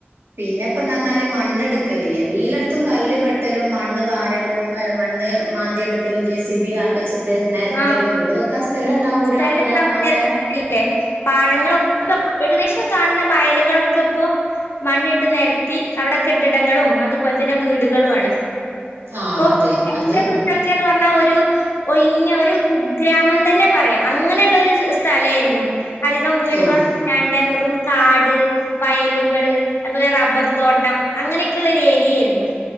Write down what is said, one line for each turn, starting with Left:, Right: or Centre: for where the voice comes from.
Right: പിന്നെപ്പ എന്ന് പറഞ്ഞാല് മണ്ണെടുക്കല് എല്ലായിടത്തും കല്ല് വെട്ടലും മണ്ണ് വാരലും അല്ല മണ്ണ് മണ്ണ് മാന്തിെയെടുക്കലും ജെ സി ബി വെച്ചിട്ട് ട്ട് നെത്തിലും
Left: ആ
Right: വീട് വെക്കാൻ സ്ഥലമുണ്ടാവൂരാഅല്ല
Left: സ്ഥലം
Right: അപ്പന്നേരം
Left: ല്ലേ പാടങ്ങളൊക്കെ ഏകദേശം കാണുന്ന വയലുകളൊക്കെ ഇപ്പോ മണ്ണിട്ട് നിരത്തി അവിടെ കെട്ടിടങ്ങളും അതുപോലെ തന്നെ വീടുകളുമാണ്
Right: ആ
Left: ഇപ്പ
Right: അതെ
Left: എന്റെ
Right: അത്
Left: മുമ്പത്തെക്കെയന്ന് പറഞ്ഞാൽ ഒരു ഒരു ഒഴിഞ്ഞ ഒരു കുഗ്രാമം തന്നെ പറയാം അങ്ങനെയുള്ള ഒരു സ്ഥലയിരുന്നു അധികം വീടുകളും
Right: ആ
Left: ഇല്ലാണ്ട് വെറും കാട് വയലുകള് അതുപോലെ റബ്ബർ തോട്ടം അങ്ങനെയൊക്കെയള്ള ഒരു ഏരിയ ആയിരുന്നു